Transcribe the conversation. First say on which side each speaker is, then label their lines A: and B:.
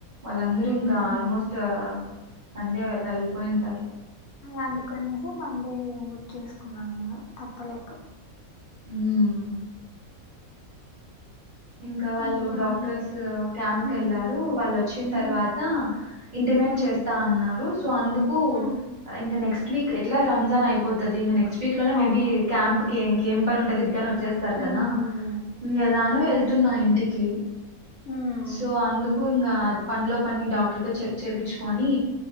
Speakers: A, on the right; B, on the left.
A: వాళ్ళందరూ
B: మ్మ్
A: ఇంకా ఆల్ మోస్ట్ సండే వెళ్ళిపోయింటారు
B: అందుకనేసి మండే బుక్ చేసుకున్నాను ఇంగ తప్పలేక
A: హ్మ్ ఇంకా వాళ్ళు
B: ఇంకేమన్
A: డాక్టర్స్ క్యాంప్
B: మ్మ్
A: కిి వెళ్ళారు వాళ్ళు వచ్చిన తర్వాత
B: మ్మ్
A: ఇంటిమేట్
B: మ్మ్
A: చేస్తా అన్నారు సో అందుకు
B: మ్మ్
A: ఇంకా నెక్స్ట్ వీక్ ఎట్లా రంజాన్ అయిపోతది ఇంగ నెక్స్ట్ వీక్ లోనే
B: అవునవును
A: మేబీ క్యాంప్ కి ఏం పని ఉంటది ఇంక నాకు చేస్తారు
B: హ్మ్
A: కదా ఇంగెలా నువెళ్ తున్నా ఇంటికి
B: హ్మ్
A: సో అందుకు ఇంకా పనిలో పని డాక్టర్ తో చెక్ చేపిచుకొని